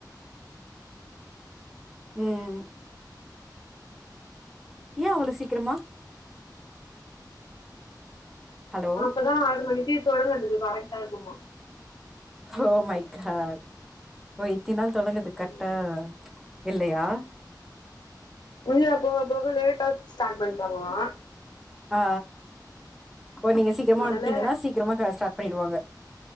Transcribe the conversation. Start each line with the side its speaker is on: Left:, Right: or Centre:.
Centre: ம் ஏ அவ்ளோ சீக்கரமா ஹலோ
Left: அப்பதா ஆறு மணிக்கி தொடங்கறதுக்கு கரெக்டா இருக்குமா
Centre: ஓ மை காட் ஓ இத்தின் நாள் தொடங்கறதுக்கு
Left: ம்
Centre: கரெக்டா இல்லயா
Left: பூஜைல போக போக லேட்டா ஸ்டார்ட் பண்றாங்களா
Centre: ஆ ஓ நீங்க சீக்கிரமா
Left: அதனால
Centre: வந்ட்டீங்கனா சீக்கிரமா க ஸ்டார்ட் பண்ணிடுவாங்க